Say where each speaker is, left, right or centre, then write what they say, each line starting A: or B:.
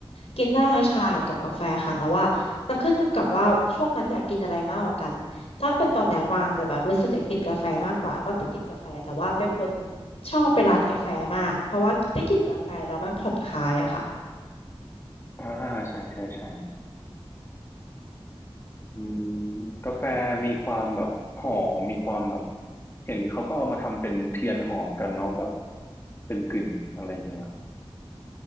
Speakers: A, on the left (about 85°); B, on the left (about 25°).
A: กินได้ทั้งชากับกับกาแฟค่ะแต่ว่าจะขึ้นอยู่กับว่าช่วงนั้นอยากกินอะไรมากกว่ากันถ้าเป็นตอนเนี้ยกวางจะแบบรู้สึกอยากกินกาแฟมากกว่าก็จะกินกาแฟแต่ว่าเป็นคนชอบไปร้านกาแฟมากเพราะว่าได้กลินกาแฟแล้วมันผ่อนคลายอะค่ะ
B: อ่าใช่ใช่ใช่อืมกาแฟมีความแบบหอมมีความแบบเห็นเขาก็เอามาทำเป็นเทียนหอมกันเนาะแบบเป็นกลิ่นอะไรอย่างเงี้ยนะ